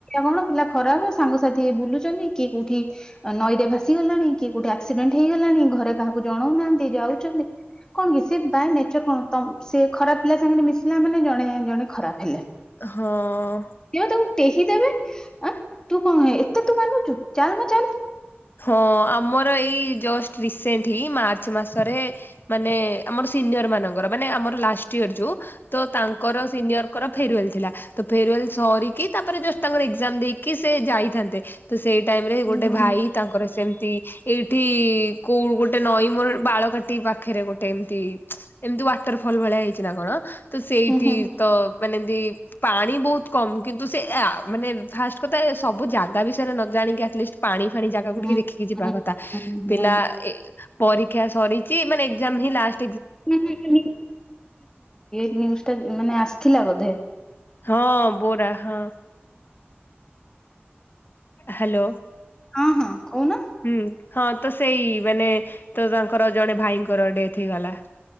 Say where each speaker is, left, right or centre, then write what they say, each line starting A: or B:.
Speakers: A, on the left; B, on the left.
A: ସଂଖ୍ୟା କଣ? ଖରାବେଳେ ସାଙ୍ଗସାଥି ହେଇ ବୁଲୁଛନ୍ତି କିଏ କୋଉଠି ନଈରେ ଭାସିଗଲେଣି କି ଗୋଟେ ଆକ୍ସିଡେଣ୍ଟ ହେଇଗଲାଣି ଘରେ କାହାକୁ ଜଣାଉନାହାନ୍ତି ଯାଉଛନ୍ତି। କଣ କି ସିଏ ବାଇ ନେଚର କଣ ସି ଖରାପ ପିଲା ସାଙ୍ଗରେ ମିଶିଲା ମାନେ ଜଣେ ଜଣେ ଖରାପ ହେଲେ
B: ହଁ।
A: କିଏ ତାକୁ ଟେହି ଦେବେ ଆଁ ତୁ କଁ ଏତେ ତୁ ମାନୁଚୁ ଚାଲ୍ ମ ଚାଲ୍।
B: ହଁ ଆମର ଏଇ ଜଷ୍ଟ୍ ରିସେଣ୍ଟଲି ମାର୍ଚ୍ଚ ମାସରେ ମାନେ ଆମର ସିନିୟର ମାନଙ୍କର ମାନେ ଆମର ଲାଷ୍ଟ ଇୟର ଯୋଉ ତ ତାଙ୍କର ସିନିୟର ତାଙ୍କର ଫେରୁୱେଲ୍ ଥିଲା ତ ଫେରୁୱେଲ ସରିକି ତାପରେ ଜଷ୍ଟ୍ ତାଙ୍କର ଏକ୍ଜାମ ଦେଇକି ସେ ଯାଇଥାନ୍ତେ ତ ସେଇ ଟାଇମ
A: ହୁଁ
B: ରେ ଗୋଟେ
A: ହୁଁ
B: ଭାଇ ସେମ୍ ତି ଏଇଠି କୋଉ ଗୋଟେ ନଈ ମୋର ବାଳକାଟି ପାଖରେ ଗୋ ଟେମ୍ ତି ଏମ୍ ତି ୱାଟର୍ ଫଲ ଭଳିଆ ହେଇଛି ନା କଣ ତ ସେଇଠି
A: ହୁଁ ହୁଁ ହୁଁ
B: ତ ମାନେ ତି ପାଣି ବୋହୁତ୍ କମ୍ କିନ୍ତୁ ସେ ଆ ମାନେ ଫାଷ୍ଟ୍ କଥା ସବୁ ଜାଗା ବିଷୟରେ ନ ଜାଣିକି ଆଟଲିଷ୍ଟ୍ ପାଣି ପାଣି ଜାଗାକୁୁ
A: ହୁଁ
B: ଟିକେ ଦେଖିକି ଯିବା
A: ହୁଁ
B: କଥା
A: ହୁଁ
B: ପିଲା
A: ହୁଁ
B: ଏ ପରୀକ୍ଷା ସରିଚି ମାନେଏକ୍ସାମ୍ ହିଁ ଲାଷ୍ଟ୍
A: ବି ଏ ନିଉଜ୍ ଟା ମାନେ ଆସିଥିଲା ବୋଧେ।
B: ହଁ ବୋରା ହଁ। ହାଲୋ।
A: ହଁ ହଁ କୋହୁନ।
B: ହୁଁ ହଁ ତ ସେଇ ମାନେ ତ ତାଙ୍କର ଜଣେ ଭାଇଙ୍କର ଡେଥ୍ ହେଇଗଲା।